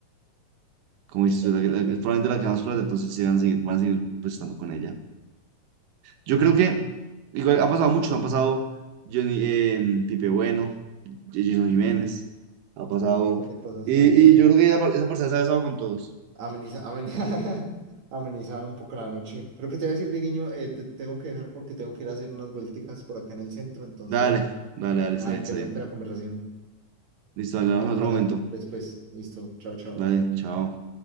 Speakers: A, on the right (about 75°); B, on the right (about 55°).
A: Como dices
B: ver
A: tú, es la, que- la-
B: ¿qué?
A: es probablemente la que da más plata, entonces sí van a seguir, van a seguir pues estando con ella. Yo creo que igual ha pasado muchos, han pasado Johnny, eh, Pipe Bueno, Jason Jiménez, ha pasado.
B: Sí, un montón de cosas,
A: Y,
B: la verdad.
A: y yo creo que esa, per- esa persona se ha besado con todos.
B: Ameniza, ameniza, <laughs> ameniza un poco la noche. Pero que te voy a decir, Diguiño, eh, te tengo que dejar porque tengo que ir a hacer unas vuelticas por acá en el centro. Entonces,
A: Dale, dale, dale,
B: nada,
A: está bien,
B: interesante
A: está bien.
B: la conversación.
A: Listo, dale, vamos
B: Vamos
A: a otro
B: hablando
A: momento.
B: después. Listo. Chao, chao.
A: Dale, chao.